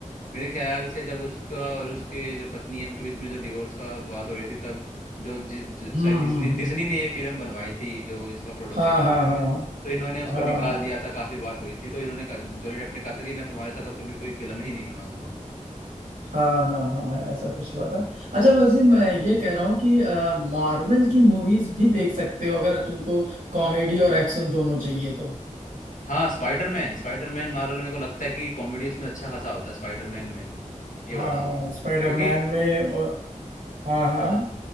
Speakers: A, on the left (about 75°); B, on the right (about 80°).
A: मेरे ख्याल से जब उसका और उसके जो पत्नी है उनके बीच में जो डिवोर्स का बात हो रही थी तब जो जिस जो-
B: हम्म
A: शायद डिज्नी
B: हम्म हम्म
A: डिज्नी ने ये फिल्म बनवाई थी जो इसका प्रोडक्शन
B: हाँ
A: कर
B: हाँ
A: रहे
B: हाँ
A: थे तो इन्होंने उसको
B: हाँ
A: निकाल दिया था काफी बात हुई थी तो इन्होंने कहा- जॉनी डेप ने कहा था कि मैं तुम्हारे साथ अब कभी कोई फिल्म ही नहीं बनाऊंगा
B: हाँ हाँ हाँ हाँ, ऐसा कुछ हुआ था अच्छा वैसे मैं ये कह रहा हूँ कि मार्वल की मूवीज भी देख सकते हो अगर तुमको कॉमेडी और एक्शन दोनों चाहिए तो
A: हाँ स्पाइडरमैन स्पाइडरमैन मार्वल मेरे को लगता है कि कॉमेडी उसमें अच्छा खासा होता है स्पाइडरमैन में ये
B: हाँ
A: बताओ
B: स्पाइडरमैन
A: क्योंकि
B: में और हाँ हाँ
A: हाँ